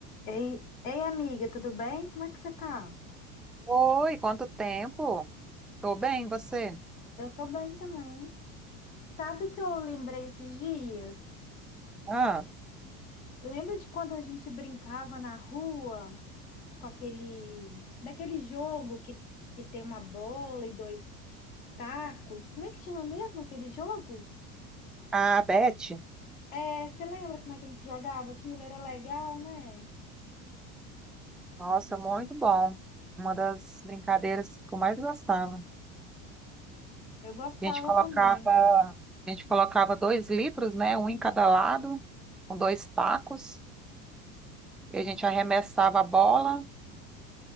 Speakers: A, on the left (about 80°); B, in the centre.
A: Ei, ei, amiga, tudo bem? Como é que você tá?
B: Oi, quanto tempo? Tô bem, e você?
A: Eu tô bem também. Sabe o que eu lembrei esses dias?
B: Ah,
A: Lembra de quando a gente brincava na rua com aquele, daquele jogo que, que tem uma bola e dois tacos? Como é que chama mesmo aquele jogo?
B: a Beth,
A: É, você lembra como é que a gente jogava aquilo? Era legal, né?
B: Nossa, muito bom. Uma das brincadeiras que eu mais gostava.
A: Eu gostava
B: a gente colocava,
A: também.
B: a gente colocava dois litros, né? Um em cada lado, com dois tacos, e a gente arremessava a bola,